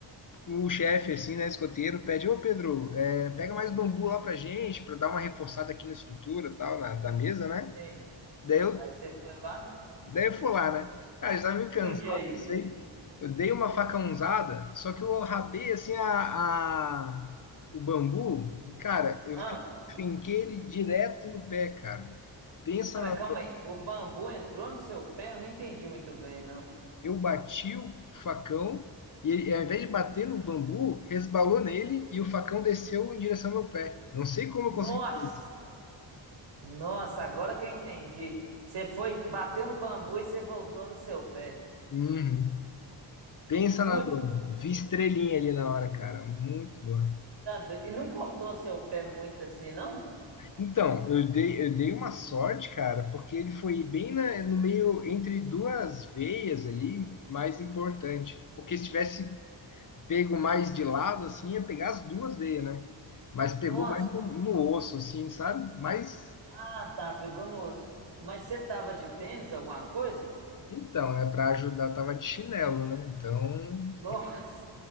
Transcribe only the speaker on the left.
o chefe, assim, né, escoteiro, pede, ô Pedro, é, pega mais bambu lá pra gente, pra dar uma reforçada aqui na estrutura e tal, na, da mesa, né?
Daí eu,
daí eu fui lá, né? Cara, eu estava meio cansado,
não sei. Eu dei uma facãozada, só que eu rabei, assim, a, a- o bambu, e, cara, eu
fi- finquei ele direto no pé, cara. Pensa
na
Eu bati o facão e ele, ao invés de bater no bambu, resbalou nele e o facão desceu em direção ao meu pé. Não sei como
eu consegui fazer isso.
Uhum. Pensa
na dor. Vi estrelinha ali na hora, cara. Muito dor.
Então, eu dei, eu dei uma sorte, cara, porque ele foi bem na- no meio, entre duas veias ali, mais importante. Porque se tivesse pego mais de lado, assim, ia pegar as duas veias, né? Mas
pegou mais no, no osso, assim, sabe? Mas
Então, né, para ajudar, tava de chinelo, né? Então,